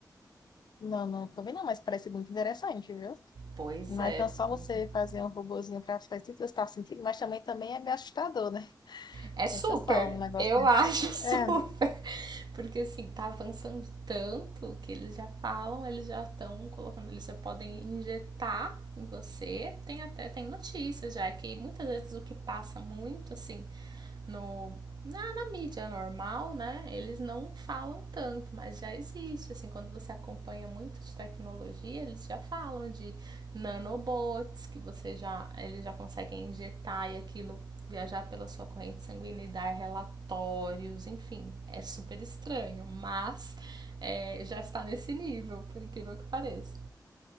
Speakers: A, on the left; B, on the right.
A: Não, não tô vendo, não, mas parece muito interessante, viu?
B: Pois
A: Mas
B: é,
A: não só você
B: pois é.
A: fazer um robozinho para as pesquisas que você está sentindo, mas também, também é meio assustador, né?
B: É super.
A: Esse é só um negócio
B: Eu
A: desse.
B: <laughs> acho super.
A: É,
B: Porque assim, tá avançando tanto que eles já falam, eles já estão colocando, eles já podem injetar em você. Tem até tem notícias já que muitas vezes o que passa muito assim no na, na mídia normal, né? Eles não falam tanto, mas já existe. Assim, quando você acompanha muito de tecnologia, eles já falam de nanobots que você já eles já conseguem injetar e aquilo viajar pela sua corrente sanguínea e dar relatórios, enfim, é super estranho, mas é, já está nesse nível, por incrível que pareça.